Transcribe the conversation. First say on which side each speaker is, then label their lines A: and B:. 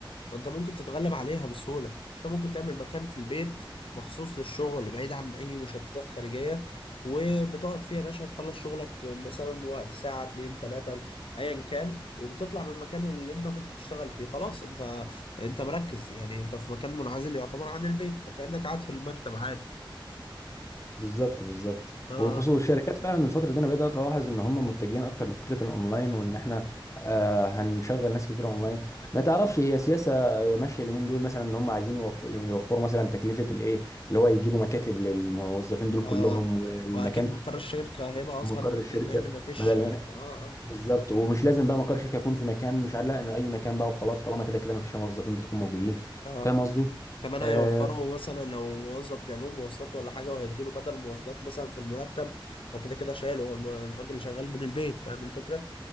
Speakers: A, on the left; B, on the left.
A: ما انت ممكن تتغلب عليها بسهولة انت ممكن تعمل مكان في البيت مخصوص للشغل بعيد عن اي مشتتات خارجية وبتقعد فيها يا باشا تخلص شغلك مثلا وقت ساعة اتنين تلاتة ايا كان وبتطلع من المكان اللي انت كنت بتشتغل فيه خلاص انت انت مركز يعني انت في مكان منعزل يعتبر عن البيت فكأنك قاعد في المكتب عادي
B: بالظبط بالظبط
A: اه
B: وخصوصا الشركات فعلا الفتره دي انا بدات الاحظ ان هم متجهين اكتر لفكره الاونلاين وان احنا آه هنشغل ناس كتير اونلاين ما تعرفش
A: اه
B: هي سياسه آه، ماشيه اليومين دول مثلا ان هم عايزين يوف- يوفروا مثلا تكلفه الايه اللي هو يجيبوا مكاتب للموظفين دول
A: آه.
B: كلهم والمكان
A: واكيد مقر الشركه هيبقى
B: ومقر
A: اصغر بكتير
B: الشركه
A: لان مفيش
B: بدل ما
A: اه اه
B: بالظبط
A: اه
B: ومش لازم بقى مقر الشركه يكون في مكان مش عارف لا، ان اي مكان بقى وخلاص طالما كده كده ما فيش موظفين بتكون موجودين
A: اه
B: فاهم قصدي؟
A: كمان هيوفروا
B: آه
A: مثلا لو موظف جاله مواصلات ولا حاجه وهيدوا له بدل مواصلات مثلا في المرتب هو كده كده شايله هو المر- الراجل شغال من البيت فاهم الفكره؟